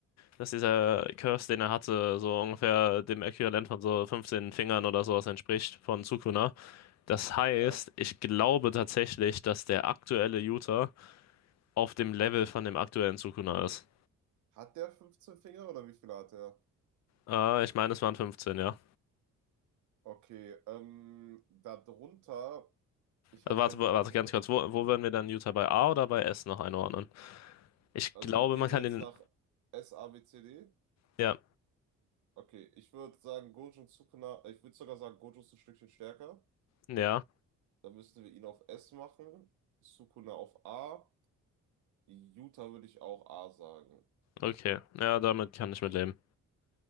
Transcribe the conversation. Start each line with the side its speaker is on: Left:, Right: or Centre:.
Left: dass dieser Curse, den er hatte, so ungefähr dem Äquivalent von so 15 Fingern oder sowas entspricht von Sukuna. Das heißt,
Right: Ja.
Left: ich glaube tatsächlich, dass der aktuelle Utah auf dem Level von dem aktuellen Sukuna ist.
Right: Hat der 15 Finger oder wie viele hat er?
Left: Äh, ich meine, es waren 15, ja.
Right: Okay, ähm, darunter, ich
Left: Also
Right: hatte
Left: warte,
Right: nämlich
Left: warte
Right: auch über.
Left: ganz kurz, wo, wo werden wir dann Utah bei A oder bei S noch einordnen? Ich
Right: Also
Left: glaube,
Right: gehen
Left: man kann
Right: wir jetzt
Left: den.
Right: nach S, A, B, C, D.
Left: Ja,
Right: Okay, ich würde sagen, Gojo und Sukuna, ich würde sogar sagen, Gojo ist ein Stückchen stärker.
Left: ja,
Right: Dann müssten wir ihn auf S machen, Sukuna auf A, Yuta würde ich auch A sagen.
Left: okay. Ja, damit kann ich mitleben.